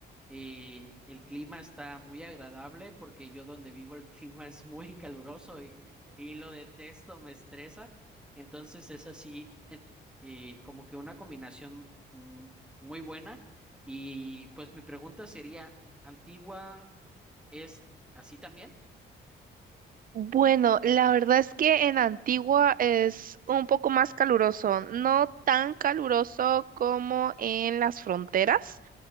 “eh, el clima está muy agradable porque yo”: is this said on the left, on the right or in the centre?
Centre